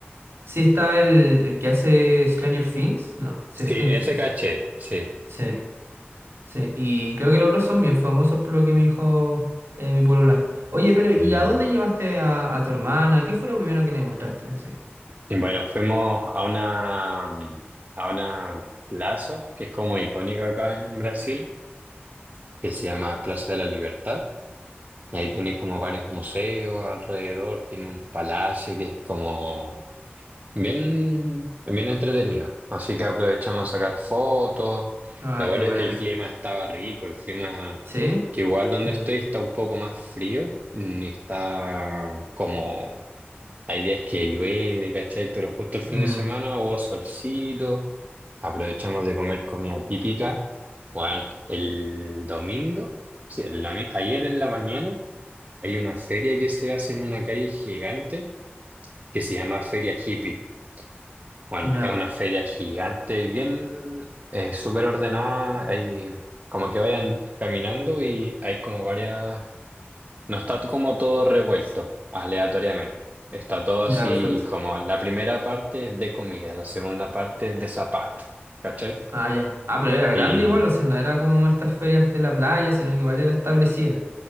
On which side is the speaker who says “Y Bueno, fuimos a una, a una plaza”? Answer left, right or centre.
Right